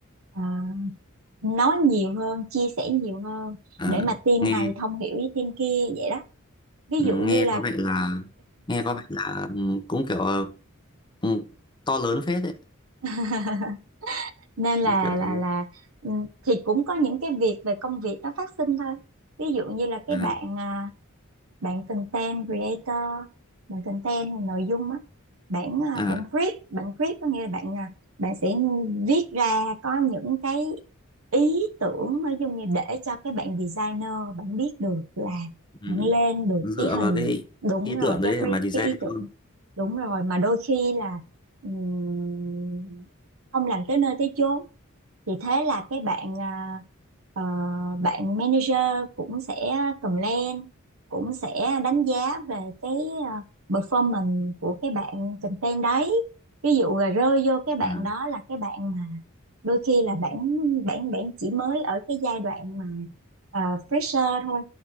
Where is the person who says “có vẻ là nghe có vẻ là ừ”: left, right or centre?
Left